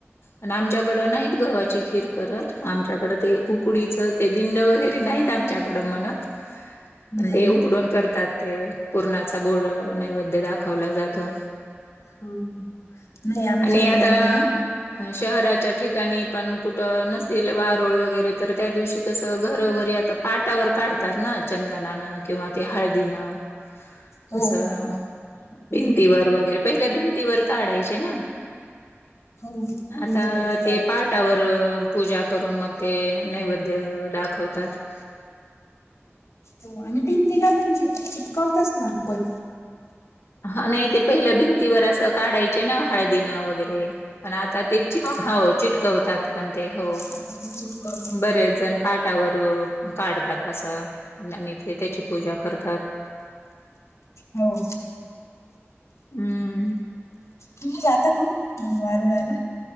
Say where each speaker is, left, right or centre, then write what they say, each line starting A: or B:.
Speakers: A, on the left; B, on the left.
A: आणि आमच्याकड नाहीत गव्हाची खीर करत आमच्याकडं ते उकडीचं ते दिंड वगैरे नाहीत आमच्याकडं म्हणत.
B: नाही
A: म्हण ते
B: ना
A: उकडून करतात ते पूर्णाचा गोड नैवद्य दाखवला जातो.
B: हो नाही आमच्या
A: आणि
B: इकडे
A: आता
B: ये ना.
A: अ शहराच्या ठिकाणी पण कुठं नसेल वाारोळ वगैरे तर त्या दिवशी कसं घरोघरी आता पाटावर काढतात ना चंदनानं किंवा ते हळदीनं
B: हो
A: असं. भिंतीवर वगैरे पहिल्या भिंतीवर काढायचे ना.
B: हो
A: आता
B: भिंतीवरती काढायची
A: ते पहाटावर पूजा करून मग ते नैवेद्य दाखवतात.
B: हो आणि भिंतीला पण च चिपकावताच ना आपण
A: हा नाही ते पहिल्या भिंतीवर असं काढायचे ना हळदीनं वगैरे पण आता चटवतात
B: हा हा
A: पण हो
B: आता ती चिपकवतो
A: ब पाटावर काढतात असं आणि ते त्याची पूजा करतात.
B: हो.
A: हम्म.
B: तुम्ही जाता का मग वार उडायला